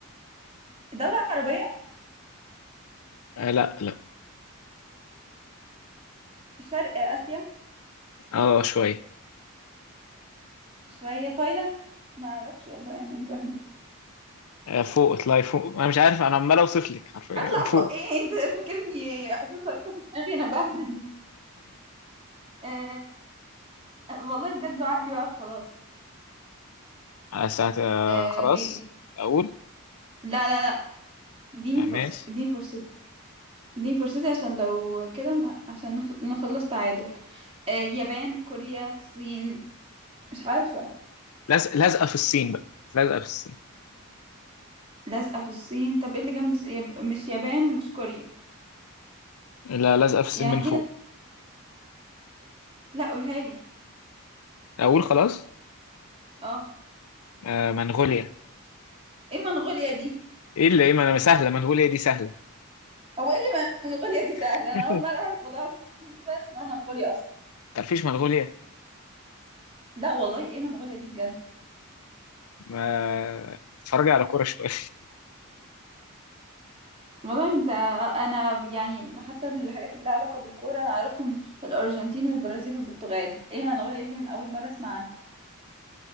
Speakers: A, on the right; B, on the left.
A: دولة عربية
B: آه لا لا
A: في شرق آسيا
B: اه شويه
A: شوية تايلاند ما اعرفش والله انا يعني بهبد
B: آه فوق اطلعي فوق انا مش عارف انا عمال اوصف لك حرفيا
A: اطلع فوق
B: فوق
A: ايه انت فاكرني في خريطة في دماغي انا بهبد آه والله بجد عقلي واقف خلاص
B: على ساعه آه
A: آه
B: خلاص
A: إيه إيه.
B: اقول
A: لا لا لا اديني
B: آه
A: فرصة
B: ماشي
A: اديني فرصتي اديني فرصتي عشان لو كده ما- عشان نخل- نخلص تعادل آه يابان كوريا الصين مش عارفة
B: لازق لازقه في الصين بقى لازقه في الصين
A: لازقة في الصين طب ايه اللي جنب الص- ياب- مش يابان ومش كوريا
B: لا لازقه في الصين
A: يعني
B: من فوق
A: ايه ده لا قولها لي
B: اقول خلاص
A: اه
B: آه منغوليا
A: ايه منغوليا دي
B: ايه اللي ايه ما انا سهله منغوليا دي سهله
A: هو ايه اللي منغوليا دي سهله
B: <laughs>
A: انا اول مره اعرف والله العظيم إن في بلد اسمها منغوليا اصلا
B: تعرفيش منغوليا
A: لا والله ايه منغوليا دي بجد
B: ما اتفرجي على كورة شوية
A: والله انت انا يعني حتى الحاجات اللي لها علاقه بالكوره انا اعرفهم الارجنتين والبرازيل والبرتغال ايه منغوليا دي اول مره اسمع عنها